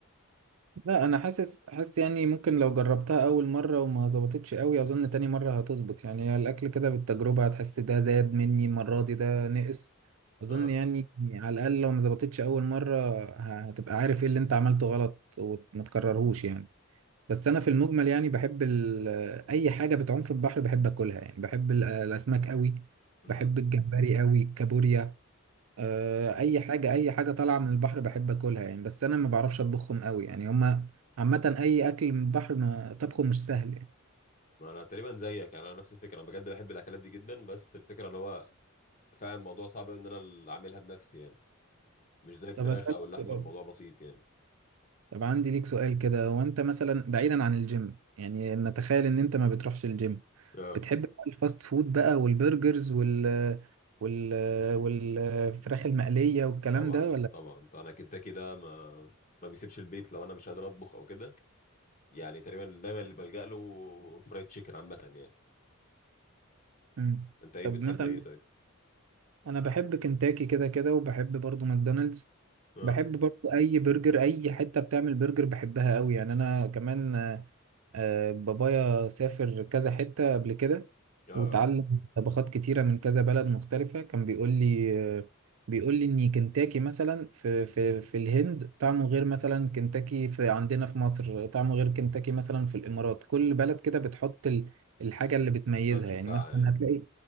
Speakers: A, on the right; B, on the left.
A: لا انا حاسس حاسس يعني ممكن لو جربتها اول مره وما ظبطتش قوي اظن تاني مره هتظبط يعني هي الاكل كده بالتجربه هتحس ده زاد مني المره دي ده نقص اظن
B: اه
A: يعني على الاقل لو ما ظبطتش اول مره ه- هتبقى عارف ايه اللي انت عملته غلط وما تكررهوش يعني بس انا في المجمل يعني بحب ال- اي حاجه بتعوم في البحر بحب اكلها يعني بحب ال- الاسماك قوي
B: امم
A: بحب الجمبري قوي الكابوريا آه، اي حاجه اي حاجه طالعه من البحر بحب اكلها يعني بس انا ما بعرفش اطبخهم قوي يعني هما عامه اي اكل من البحر ما طبخه مش سهل يعني
B: انا تقريبا زيك يعني انا نفس الفكره انا بجد بحب الاكلات دي جدا بس الفكره اللي هو فعلا الموضوع صعب أوي ان انا اللي اعملها بنفسي يعني مش زي الفراخ
A: طب اسالك
B: او اللحمه
A: سؤال
B: الموضوع بسيط يعني
A: طب عندي ليك سؤال كده هو انت مثلا بعيدا عن الجيم يعني نتخيل ان انت ما بتروحش الجيم
B: اه
A: بتحب بقى الفاست فود بقى والبرجرز وال وال والفراخ المقليه والكلام
B: طبعا
A: ده ولا
B: طبعا انا كنتاكي ده ما ما بيسيبش البيت لو انا مش قادر اطبخ او كده يعني تقريبا دايما اللي بلجأ له فرايد تشيكن عامه يعني
A: مم.
B: انت ايه
A: طب
B: بتحب
A: مثلا
B: ايه طيب
A: انا بحب كنتاكي كده كده وبحب برضو ماكدونالدز
B: اه
A: بحب برضو اي برجر اي حته بتعمل برجر بحبها قوي يعني انا كمان آه، بابايا سافر كذا حتة قبل كده
B: اه
A: وتعلم
B: اه
A: طبخات كتيرة من كذا بلد مختلفة كان بيقول لي آه، بيقول لي إن كنتاكي مثلا في في في الهند طعمه غير مثلا كنتاكي في عندنا في مصر طعمه غير كنتاكي مثلا في الإمارات كل بلد كده بتحط ال- الحاجة اللي بتميزها
B: التاتش
A: يعني
B: بتاعها
A: مثلا
B: يعني
A: هتلاقي